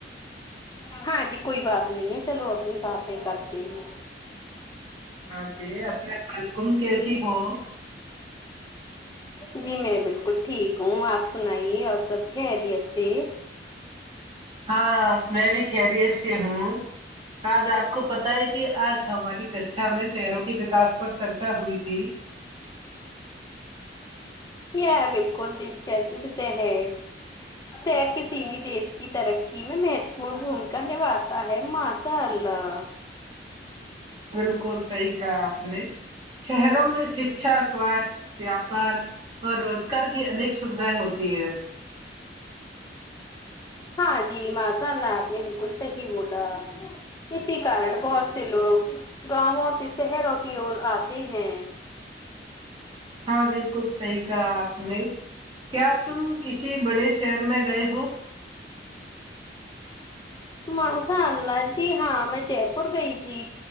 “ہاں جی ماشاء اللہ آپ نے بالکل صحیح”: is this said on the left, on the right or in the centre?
Left